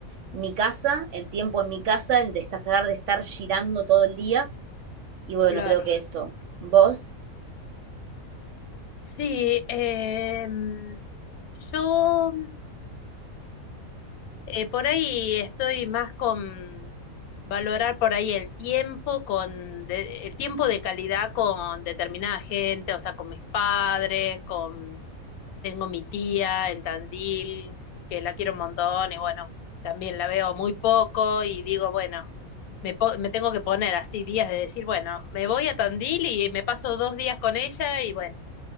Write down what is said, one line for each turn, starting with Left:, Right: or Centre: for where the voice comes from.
Right: mi casa, el tiempo en mi casa, el destacar de estar girando todo el día. Y bueno,
Left: claro.
Right: creo que eso. ¿Vos?
Left: Sí, em, yo Eh, por ahí estoy más con valorar por ahí el tiempo con de- el tiempo de calidad con determinada gente, o sea, con mis padres, con tengo mi tía en Tandil, que la quiero un montón y bueno, también la veo muy poco y digo, bueno, me, po- me tengo que poner así días de decir, bueno, me voy a Tandil y me paso dos días con ella y bueno,